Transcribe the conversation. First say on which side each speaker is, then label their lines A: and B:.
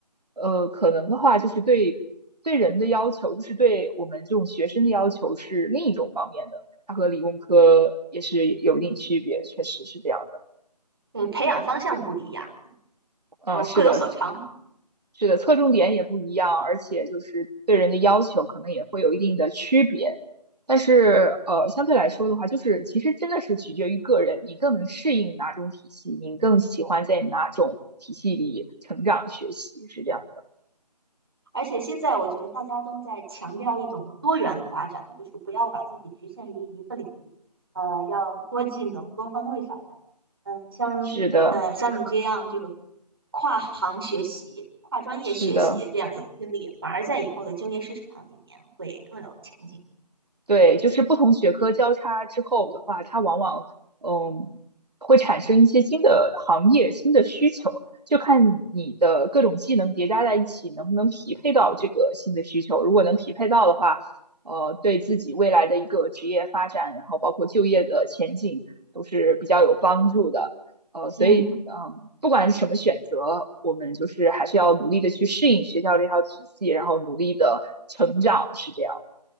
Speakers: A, on the right (about 70°); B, on the right (about 35°).
A: 呃，可能的话就是对对人的要求，就是对我们这种学生的要求是另一种方面的。它和理工科也是有一定区别，确实是这样的。
B: 嗯，培养方向不一样了
A: 嗯，
B: 然后各有所长。
A: 是的，是的，侧重点也不一样，而且就是对人的要求可能也会有一定的区别。但是呃，相对来说的话，就是其实真的是取决于个人，你更能适应哪种体系，你更喜欢在哪种体系里成长学习，是这样的。
B: 而且现在我觉得大家都在强调一种多元发展，就是不要把自己局限于一个领域，呃，要多技能、多方位发展。嗯，像呃像你这样就是
A: 是的，
B: 跨行学习、跨专业学习这样一个经历，
A: 是的。
B: 反而在以后的就业市场里面会更有前景。
A: 对，就是不同学科交叉之后的话，它往往嗯会产生一些新的行业、新的需求，就看你的各种技能叠加在一起能不能匹配到这个新的需求。如果能匹配到的话，呃，对自己未来的一个职业发展，然后包括就业的前景都是比较有帮助的。呃，所以嗯，
B: 嗯，
A: 不管什么选择，我们就是还是要努力的去适应学校这套体系，然后努力的成长，是这样。